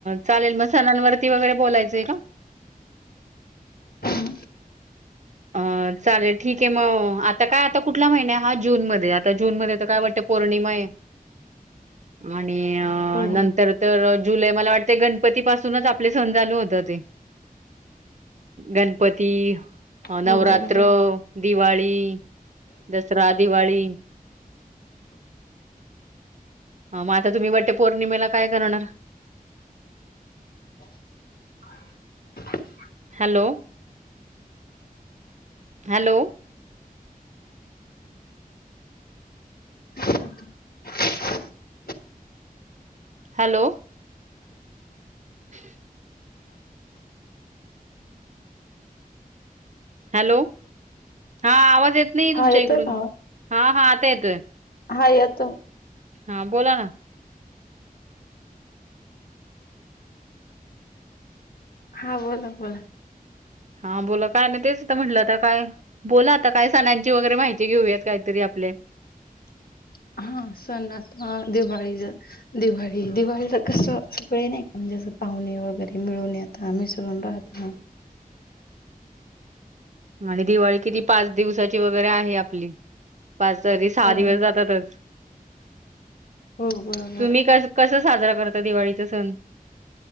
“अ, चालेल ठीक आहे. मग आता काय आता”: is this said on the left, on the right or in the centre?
Right